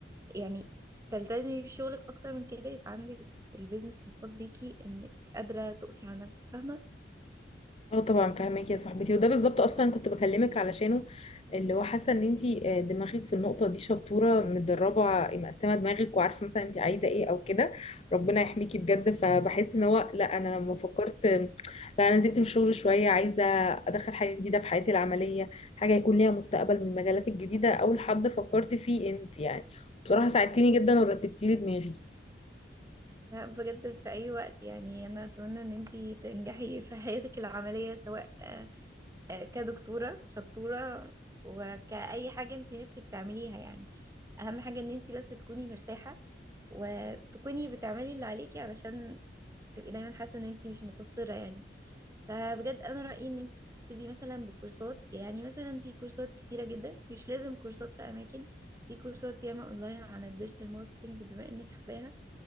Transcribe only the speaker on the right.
يعني تلتزمي بشغلك اكتر من كده يبقى عندك البيزنس الخاص بيكي انك قادرة تقفي على نفسك فاهمة
لا بجد في أي وقت يعني أنا أتمنى إن أنتي تنجحي في حياتك العملية سواء آه، آه، كدكتورة شطورة وكأي حاجة أنتي نفسك تعمليها يعني أهم حاجة إن أنتي بس تكوني مرتاحة وتكوني بتعملي اللي عليكي علشان تبقي دايما حاسة إن أنتي مش مقصرة يعني فبجد أنا رأيي إن أنتي تبتدي مثلا بكورسات يعني مثلا في كورسات كتيرة جدا مش لازم كورسات في أماكن في كورسات ياما أونلاين عن الديجيتال ماركتينج بما إنك حباها